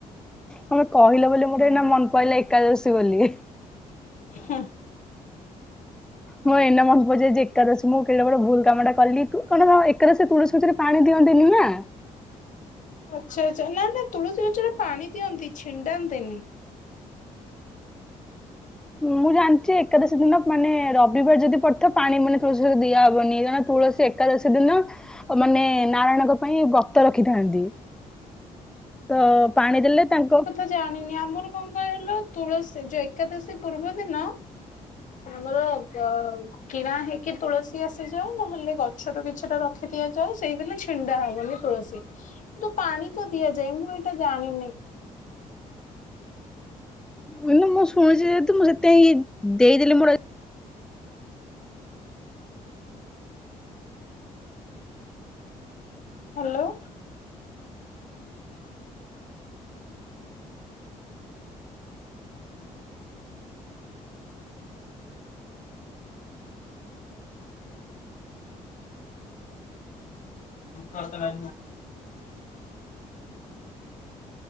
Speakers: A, in the centre; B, on the left.
A: ତମେ କହିଲ ବୋଲି ମୋ ଏଇନା ମନ ପଇଲା ଏକାଦଶୀ ବୋଲି।
B: ହୁଁ।
A: ମୁଁ ଏଇନା ମନ ପେ ଯେ ଏକାଦଶୀ ମୁଁ କେଡେବଡ ଭୁଲ କାମ ଟା କଲି ତୁ କଣ ଏକାଦଶୀ ତୁଳସୀ ଗଛ ରେ ପାଣି ଦିଅନ୍ତିନି ନା।
B: ଆଚ୍ଛା ଆଚ୍ଛା ନା ନା ତୁଳସୀ ଗଛରେ ପାଣି ଦିଅନ୍ତି ଛିଣ୍ଡାନ୍ତିନି।
A: ମୁଁ ଜାଣିଛି ଏକାଦଶୀ ଦିନ ମାନେ ରବିବାର ଯଦି ପଡ଼ିଥାବ ପାଣି ମାନେ ଦିଆବ। ବନି ତୁଳସୀ ଏକାଦଶୀ ଦିନ ମାନେ ନାରାୟଣଙ୍କ ପାଇଁ ଗତ ରଖିଥାନ୍ତି। ତ ପାଣି ଦେଲେ ତାଙ୍କ
B: ତ ଜାଣିନି ଆମର କଣ କହିଲ। ତୁଳସୀ ଯ ଏକାଦଶୀ ପୂର୍ବ ଦିନ। ଆମର ଗ କିଣା ହେଇକି ତୁଳସୀ ଆସିଯାଉ। ନହେଲେ ଗଛରୁ କିଛିଟା ରଖି ଦିଆଯାଉ। ସେଇଦିନ ଛିଣ୍ଡା ହବନି। ତୁଳସୀ କିନ୍ତୁ ପାଣି ତ ଦିଆଯାଏ। ମୁଁ ଏଇଟା ଜାଣିନି।
A: ଉଁ ମୁଁ ଶୁଣିଛି ଯେହେତୁ ମୁଁ ସେତାଇିଁ ଦେଇଦେଲି ମୂଳ
B: ହ୍ୟାଲୋ <unintelligible>